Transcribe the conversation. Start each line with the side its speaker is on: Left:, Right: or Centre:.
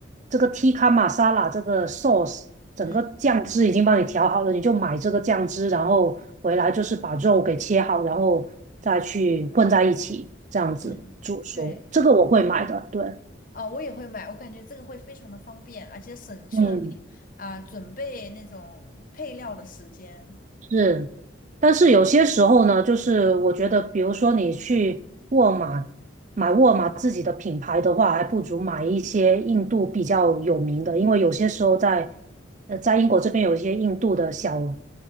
Right: 这个 tikka masala 这个 sauce。整个酱汁已经帮你调好了，
Left: 嗯
Right: 你就买这个酱汁，然后回来就是把肉给切好，然后再去混在一起，这样子煮熟。
Left: 嗯，对，
Right: 这个我会买的，对，
Left: 啊、我也会买，我感觉这个会非常的方便，而且省去了你啊、
Right: 嗯
Left: 准备那种配料的时间。
Right: 是，但是有些时候呢，就是我觉得，比如说你去沃尔玛买沃尔玛自己的品牌的话，还不如买一些印度比较有名的，因为有些时候在呃在英国这边有一些印度的小